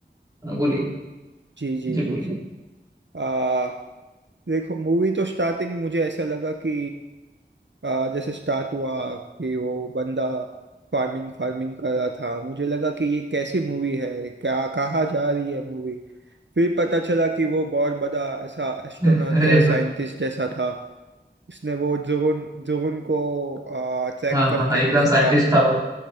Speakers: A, on the right (about 20°); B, on the right (about 75°).
A: हाँ, बोलिए
B: जी जी
A: जी
B: जी
A: बोलिए
B: जी आ देखो मूवी तो स्टार्टिंग मुझे ऐसा लगा कि आ, जैसे स्टार्ट हुआ कि वो बंदा फार्मिंग फार्मिंग कर रहा था मुझे लगा कि ये कैसी मूवी है क्या कहाँ जा रही है मूवी फिर पता चला कि वो बहुत बड़ा ऐसा एस्ट्रोनॉट
A: <laughs> अरे
B: या साइंटिस्ट
A: वाह
B: जैसा था उसने वो जोन जोन को चेक
A: हाँ
B: करके
A: हाँ हाँ, एकदम
B: उसका
A: साइंटिस्ट था वो